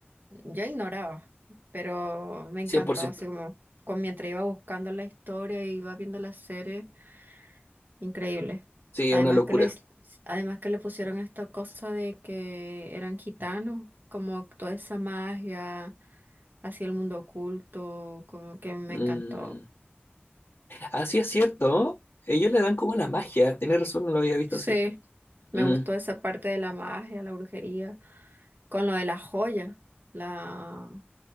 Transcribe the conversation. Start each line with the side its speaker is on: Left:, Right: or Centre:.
Right: yo ignoraba, pero me encantó,
Left: cien por ciento,
Right: así como con, mientras iba buscando la historia y iba viendo la serie increíble.
Left: Sí,
Right: Además
Left: es una locura.
Right: que les, además que le pusieron esta cosa de que eran gitanos, como toda esa magia, así el mundo oculto, como que me
Left: Mm.
Right: encantó.
Left: Ah, sí, es cierto. Ellos le dan como la magia. Tienes razón, no lo había visto
Right: Sí,
Left: así.
Right: me
Left: Mm.
Right: gustó esa parte de la magia, la brujería, con lo de la joya, la